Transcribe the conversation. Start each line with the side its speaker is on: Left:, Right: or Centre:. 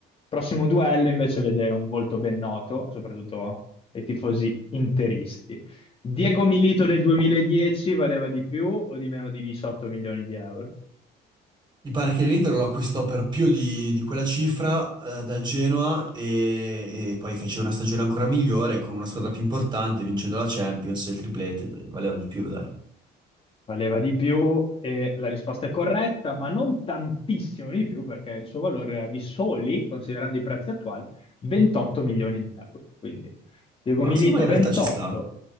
Left: Prossimo duello invece vede un volto ben noto, soprattutto ai tifosi interisti. Diego Milito del 2010 valeva di più o di meno di 18 milioni di euro?
Right: Mi pare che l'Inter lo acquistò per più di, di quella cifra eh, dal Genoa e, e poi fece una stagione ancora migliore con una squadra più importante, vincendo la Champions e il triplete, dai, valeva di più, dai.
Left: Valeva di più e la risposta è corretta, ma non tantissimo di più perché il suo valore era di soli, considerando i prezzi attuali, 28 milioni di euro. Quindi Diego
Right: Ma
Left: Milito
Right: secondo me in
Left: 28,
Right: realtà ci sta.